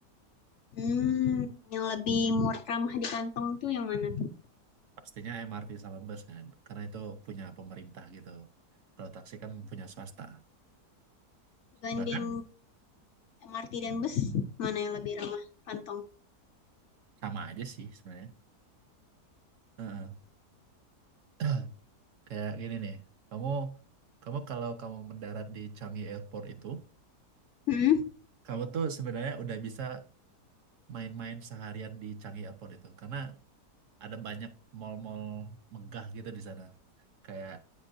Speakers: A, on the left; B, on the right.
A: Hmm, yang lebih murah ramah di kantong tuh yang mana tuh?
B: Pastinya MRT sama bus kan, karena itu punya pemerintah gitu. Kalau taksi kan punya swasta.
A: Dibanding
B: Bahkan
A: MRT dan bus, mana yang lebih ramah kantong?
B: sama aja sih sebenarnya. Heeh. <clears throat> Kayak gini nih, kamu kamu kalau kamu mendarat di Changi Airport itu,
A: Hmm?
B: kamu tuh sebenarnya udah bisa main-main seharian di Changi Airport itu, karena ada banyak mall-mall megah gitu di sana. Kayak